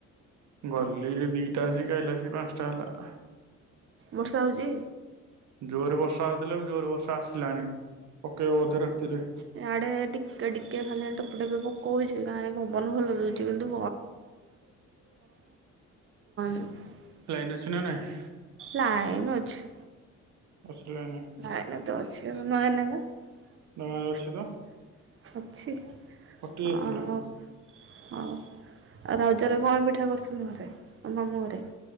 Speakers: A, on the right; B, on the right.
A: ଗଲି ଦିଟା ଆସିକି ଖାଇଲା ସେ ପାଞ୍ଚଟା ହେଲା
B: ବର୍ଷା ହେଉଛି?
A: ଜୋରେ ବର୍ଷା ହଉଥିଲା ଜୋରେ ବର୍ଷା ଆସିଲାଣି ପକେଇବ ବଧେ ରାତିରେ।
B: ଆଡେ ଟିକେ ଟିକେ ଫାଲିଆ ଟୋପୁ ଟେପି ପକଉଛି ନା ପବନ ଭଲ ଦଉଛି କିନ୍ତୁ <unintelligible>
A: ଲାଇନ୍ ଅଛି ନା ନାଇଁ?
B: ଲାଇନ୍ ଅଛି।
A: <unintelligible>
B: ଲାଇନ୍ ତ ଅଛି <unintelligible>
A: ଗାଁରେ ଅଛି ତ?
B: ଅଛି
A: କଟି ଯାଇଥିଲା
B: ଆ ହ ହଉ ଆଉ ରଜ ରେ କଣ ପିଠା କରୁଛନ୍ତି ଘରେ, ମାମୁଁ ଘରେ?